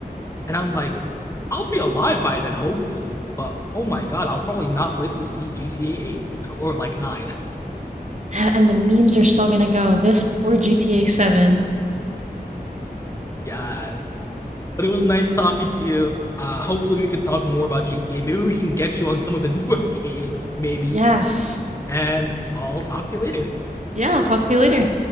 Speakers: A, on the left; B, on the right.
A: and I'm like, I'll be alive by then, hopefully. But oh my god, I'll probably not live to see GTA Eight <laughs> or like Nine.
B: <sighs> and the memes are still gonna go this before GTA 7.
A: <laughs> Yes. But it was nice talking to you. Uh, hopefully, we can talk more about GTA. Maybe we can get you on some of the <laughs> newer games, maybe.
B: Yes.
A: And I'll talk to you later.
B: Yeah, I'll talk to you later.